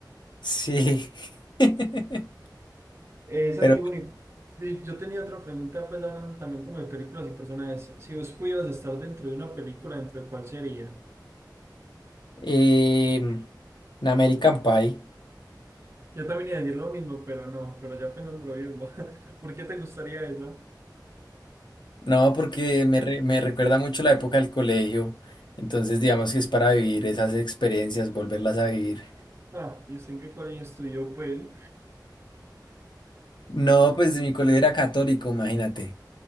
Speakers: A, on the left; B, on the right.
A: Sí. <laughs>
B: Eh, Santiboni,
A: Pero
B: yo tenía otra pregunta, pues hablando también como de películas y personajes. Si vos pudieras estar dentro de una película, ¿dentro de cuál sería?
A: Em, un American Pie.
B: Yo también iba a decir lo mismo, pero no, pero ya pensándolo bien, <laughs> ¿por qué te gustaría esa?
A: No, porque me, re- me recuerda mucho la época del colegio. Entonces, digamos que es para vivir esas experiencias, volverlas a vivir.
B: Ah, ¿y usted en qué colegio estudió, pues?
A: No, pues mi colegio era católico, imagínate.